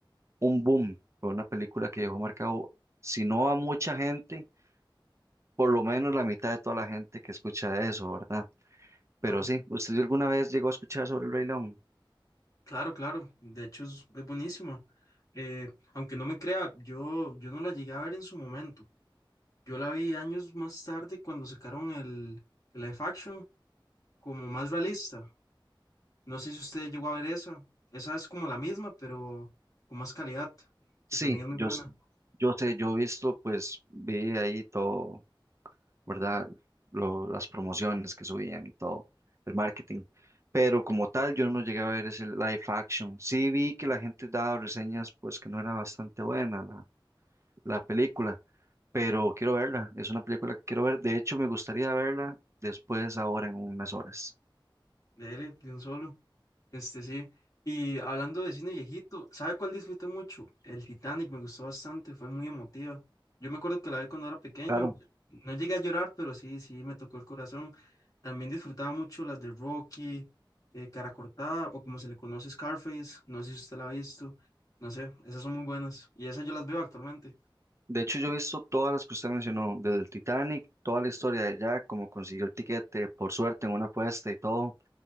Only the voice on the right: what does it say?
un boom. Fue una película que dejó marcado, si no a mucha gente, por lo menos la mitad de toda la gente que escucha eso, ¿verdad?
Pero sí, ¿usted alguna vez llegó a escuchar sobre el Rey León?
Sí,
yo,
s- yo sé, yo he visto, pues vi ahí todo, ¿verdad? Lo- las promociones que subían y todo, el marketing. Pero como tal, yo no llegué a ver ese live action. Sí vi que la gente daba reseñas, pues que no era bastante buena la película, pero quiero verla, es una película que quiero ver, de hecho me gustaría verla después ahora en unas horas.
Claro,
de hecho yo he visto todas las que usted mencionó, desde el Titanic, toda la historia de Jack, como consiguió el tiquete, por suerte en una apuesta y todo,